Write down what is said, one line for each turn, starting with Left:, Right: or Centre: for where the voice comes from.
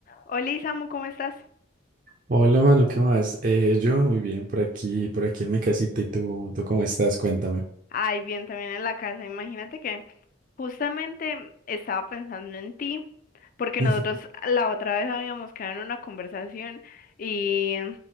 Left: Hola Isamu, ¿cómo estás?
Right: Hola Manu, ¿qué más? Eh, yo muy bien, por aquí, por aquí en mi casita. ¿Y tú, tú cómo estás? Cuéntame.
Left: Ay, bien, también en la casa. Imagínate que justamente estaba pensando en ti, porque
Right: <laughs>
Left: nosotros la otra vez habíamos quedado en una conversación y,